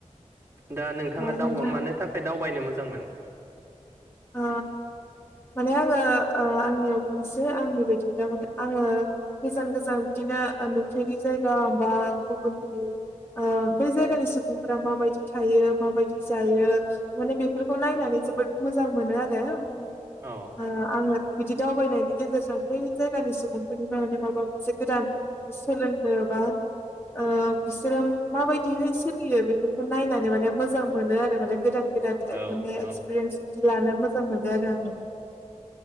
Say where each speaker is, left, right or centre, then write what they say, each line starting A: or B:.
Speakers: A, on the right; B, on the left.
A: दा नोंथाङा
B: ओ
A: दाव
B: नोंथां
A: मानो थाखाय दावबायनो मोजां मोनो
B: ओ माने आङो ओ आंनियाव बुंनोसै आंनि बायदिब्ला माने आङो गोजान गोजान बिदिनो नुफेरै जायगा बा गुबुननि ओ बै जायगानि सुबुंफोरा माबायदि थायो माबायदि जायो माने बेफोरखौ नायनानै जोबोद मोजां मोनो आरो ओ
A: औ
B: आङो बि बिदि दावबायनायनि गेजेरजों बै जायगानि सुबुंफोरनि माव माबा मोनसे गोदान सोलोंनो बा ओ बिसोरों माबायदिहै सोलियो बेफोरखौ नायनानै माने मोजां मोनो आरो माने गोदान गोदान
A: औ
B: माने एक्सपिरियेन्स
A: औ
B: बिदि लानो मोजां मोनो आरो आङो